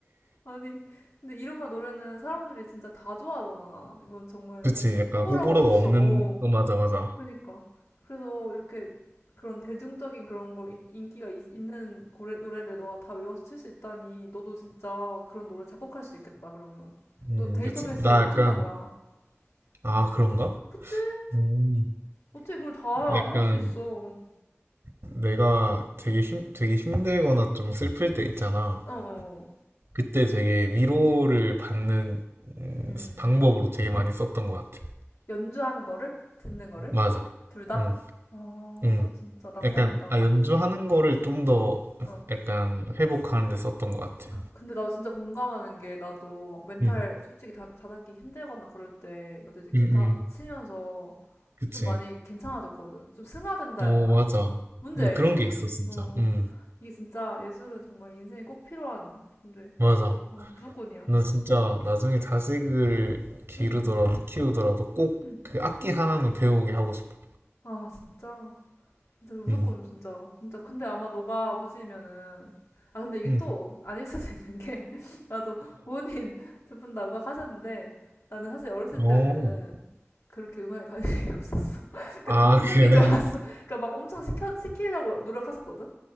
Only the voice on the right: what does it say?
그치, 약간
호불호가
없는,
어, 맞아, 맞아.
음,
그치. 나
약간,
아,
그런가?
음,
약간,
내가 되게 힘, 되게 힘들거나 좀 슬플 때 있잖아.
그때 되게 위로를 받는 음,
방법으로 되게 많이 썼던 것 같아.
맞아.
음,
음.
약간,
아, 연주하는
거를 좀 더
약간 회복하는 데 썼던 것 같아.
음,
음, 음.
그치.
어,
맞아.
근데
그런 게 있어, 진짜.
음,
맞아.
너 진짜 나중에 자식을 기르더라도
키우더라도 꼭
그 악기 하나는 배우게 하고 싶어.
응.
응.
어.
아,
그래.